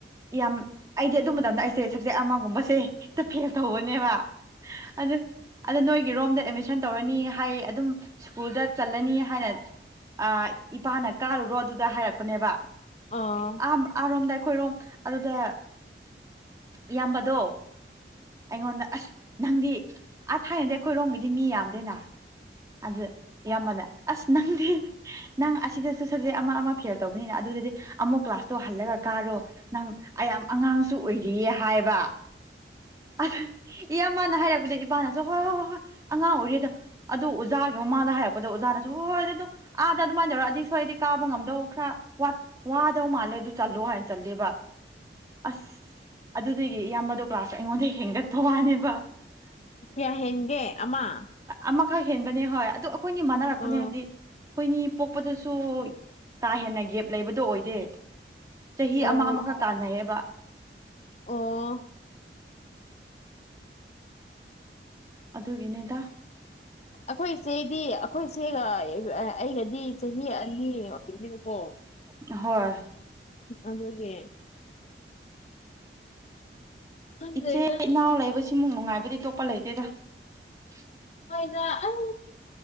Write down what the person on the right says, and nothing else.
ꯌꯥꯝ ꯑꯩꯗꯤ ꯑꯗꯨ ꯃꯇꯝꯗ ꯑꯩꯁꯦ ꯁꯕꯖꯦꯛ ꯑꯃꯒꯨꯝꯕꯁꯦ ꯍꯦꯛꯇ ꯐꯦꯜ ꯇꯧꯕꯅꯦꯕ ꯑꯗ ꯑꯗ ꯅꯣꯏ ꯒꯤꯔꯣꯝꯗ ꯑꯦꯗꯃꯤꯁꯟ ꯇꯧꯔꯅꯤ ꯍꯥꯏ ꯑꯗꯨꯝ ꯁ꯭ꯀꯨꯜꯗ ꯆꯠꯂꯅꯤ ꯍꯥꯏꯅ ꯑ ꯏꯄꯥꯅ ꯀꯥꯔꯨꯔꯣ ꯑꯗꯨꯗ ꯍꯥꯏꯔꯛꯄꯅꯦꯕ
ꯑꯥ ꯑꯥꯔꯣꯝꯗ ꯑꯩꯈꯣꯏꯔꯣꯝ ꯑꯗꯨꯗ ꯏꯌꯥꯝꯕꯗꯣ ꯑꯩꯉꯣꯟꯗ ꯑꯁ ꯅꯪꯗꯤ ꯑ ꯊꯥꯏꯅꯗꯤ ꯑꯩꯈꯣꯏꯔꯣꯝꯒꯤꯗꯤ ꯃꯤ ꯌꯥꯝꯗꯦꯅ ꯑꯗ ꯏꯌꯥꯝꯃꯅ ꯑꯁ ꯅꯪꯗꯤ ꯅꯪ ꯑꯁꯤꯗꯁꯨ ꯁꯞꯖꯦꯛ ꯑꯃ ꯑꯃ ꯐꯦꯜ ꯇꯧꯕꯅꯤꯅ ꯑꯗꯨꯗꯗꯤ ꯑꯃꯨꯛ ꯀ꯭ꯂꯥꯁꯇꯣ ꯍꯜꯂꯒ ꯀꯥꯔꯣ ꯅꯪ ꯑꯌꯥꯝ ꯑꯉꯥꯡꯁꯨ ꯑꯣꯏꯔꯤꯌꯦ ꯍꯥꯏꯕ ꯑꯗ ꯏꯌꯥꯝꯃꯅ ꯍꯥꯏꯔꯛꯄꯗ ꯏꯄꯥꯅꯁꯨ ꯍꯣꯏ ꯍꯣꯏ ꯍꯣꯏ ꯍꯣꯏ ꯑꯉꯥꯡ ꯑꯣꯏꯔꯤ ꯑꯗꯣ ꯑꯗꯨ ꯑꯣꯖꯥꯒꯤ ꯃꯃꯥꯡꯗ ꯍꯥꯏꯔꯛꯄꯗ ꯑꯣꯖꯥꯅꯁꯨ ꯍꯣꯏ ꯑꯗꯨ ꯑꯥꯗ ꯑꯗꯨꯃꯥꯏꯅ ꯇꯧꯔ ꯑꯗꯤ ꯁꯣꯏꯔꯗꯤ ꯀꯥꯕ ꯉꯝꯗꯧ ꯈꯔ ꯋꯥꯠ ꯋꯥꯗꯧ ꯃꯥꯜꯂꯦ ꯑꯗꯨ ꯆꯜꯂꯣ ꯍꯥꯏꯅ ꯆꯠꯂꯦꯕ ꯑꯁ ꯑꯗꯨꯗꯒꯤ ꯏꯌꯥꯝꯕꯗꯣ ꯀ꯭ꯂꯥꯁ ꯑꯩꯉꯣꯟꯗ ꯍꯦꯟꯒꯠꯄ ꯋꯥꯅꯦꯕ
ꯑꯃꯈꯛ ꯍꯦꯟꯕꯅꯦ ꯍꯣꯏ ꯑꯗꯨ ꯑꯩꯈꯣꯏꯅꯤ ꯃꯥꯟꯅꯔꯛꯄꯅꯦ
ꯍꯥꯏꯕꯗꯤ ꯑꯈꯣꯏꯅꯤ ꯄꯣꯛꯄꯗꯁꯨ ꯀꯥ ꯍꯦꯟꯅ ꯒꯦꯞ ꯂꯩꯕꯗꯣ ꯑꯣꯏꯗꯦ ꯆꯍꯤ
ꯑꯃ ꯑꯃꯈꯛ ꯀꯥꯟꯅꯩꯌꯦꯕ
ꯑꯗꯨꯒꯤꯅꯦꯗ
ꯀꯣ ꯍꯣꯏ
ꯏꯆꯦ ꯏꯅꯥꯎ ꯂꯩꯕꯁꯤꯃꯨꯛ ꯅꯨꯡꯉꯥꯏꯕꯗꯤ ꯇꯣꯞꯄ ꯂꯩꯇꯦꯗ <unintelligible>